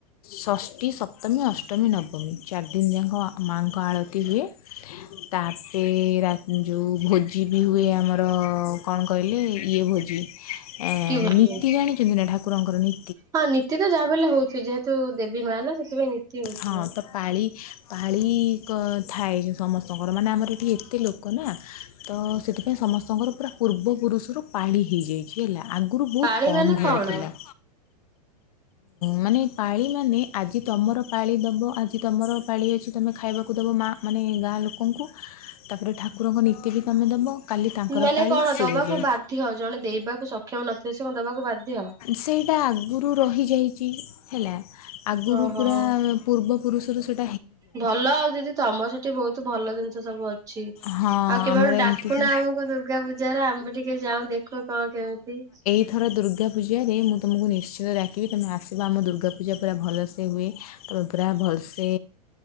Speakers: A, on the left; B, on the right.
A: ଷଷ୍ଟୀ ସପ୍ତମୀ ଅଷ୍ଟମୀ ନବମୀ ଚାରି ଦିନି ଯାକ ମାଆଙ୍କ ଆଳତି ହୁଏ। ତାପରେ ରା ଯେଉ ଭୋଜି ବି ହୁଏ ଆମର କଣ କହିଲେ ଇଏ ଭୋ ନୀତି
B: କି ଭୋଜି।
A: ଜାଣିଛନ୍ତି ନା ଠାକୁରଙ୍କର ନୀ
B: ହଁ ନୀତି ବି ଯାହାବିହେଲେ ହଉଛି ଯେହେତୁ ଦେବୀ ମା ନା ସେଥିପାଇଁ ନୀତି ହଉଥିବ।
A: ହଁ ତ ପାଳି ପାଳି ଥାଏ ସମସ୍ତଙ୍କର ମାନେ ଆମର ଏଠି ଏତେ ଲୋକ ନା। ତ ସେଥିପାଇଁ ସମସ୍ତଙ୍କର ପୁରା ପୂର୍ବପୁରୁଷରୁ ପାଳି ହେଇଯାଇଚି। ବୁଝି ହେଲା ଆଗରୁ ବହୁତ୍
B: ପାଳି
A: କମ୍
B: ମାନେ
A: ଘର
B: କଣ?
A: ଥିଲା। ମାନେ ପାଳି ମାନେ ଆଜି ତମର ପାଳି ଦବ ଆଜି ତମର ପାଳି ଅଛି ତମେ ଖାଇବ ଦେବ ମା ମାନେ ଗାଁ ଲୋକଙ୍କୁ ତାପରେ ଠାକୁରଙ୍କ ନୀତି ବି ତୁମେ ଦେବ କାଲି ତାଙ୍କର
B: ମାନେ
A: ପାଳି
B: କଣ
A: ସେ
B: ଦବାକୁ
A: ଦେବେ
B: ବାଧ୍ୟ ଜଣେ ଦେଇବାକୁ ସକ୍ଷମ ନଥିଲେ ସେ କଣ ଦବାକୁ ବାଧ୍ୟ?
A: ସେଇଟା ଆଗରୁ ରହିଯାଇଚି ହେଲା ଆଗରୁ
B: ଓହୋ।
A: ପୁରା ପୂର୍ବ ପୁରୁଷରୁ ସେଠି
B: ଭଲ ଆଉ ଦିଦି ତମ ସେଠି ବହୁତ ଭଲ ଜିନିଷ ସବୁ ଅଛି। ଛି
A: ହଁ
B: ଆଉ କେବଳ
A: ଆମର ଏମିତି
B: ଡାକୁନା
A: ହୁଏ।
B: ଆମକୁ ଦୁର୍ଗା ପୂଜାାରେ ଆମେ ବି ଟିକେ ଯାଉ ଦେଖେ। କୋ ଗାଁ କେମିତି?
A: ଏଥର ଦୁର୍ଗା ପୂଜାରେ ମୁଁ ତମକୁ ନିଶ୍ଚିତ ଡାକିବି ତମେ ଆସିବ ଆମ ଦୁର୍ଗାପୂଜା ପୁରା ଭଲସେ ହୁଏ। ତୁମେ ପୁରା ଭଲସେ